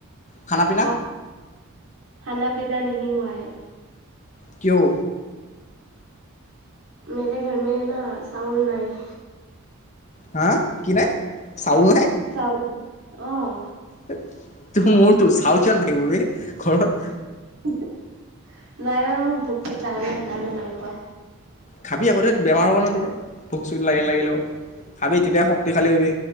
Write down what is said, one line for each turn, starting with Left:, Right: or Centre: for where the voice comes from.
Left: খানা পিনা
Right: ক খানা পিনা নাহি হোৱা হে
Left: কিয়ো
Right: মেৰে ঘৰ মে না চাউল নাই।
Left: হা কি নাই চাউল নাই
Right: চাওল আহ
Left: তোৰ মোৰতো চাউল কিয় নাথাকিব বে ঘৰত
Right: নাই বাৰু মোক ভোক চোক লগা নাই সেইকাৰণে নাই খোৱা
Left: খাবি আকৌতে বেমাৰ হব' ন তোৰ ভোক চোক লাগিল লাগিলেও খাবি তেতিয়া শক্তিশালী হবি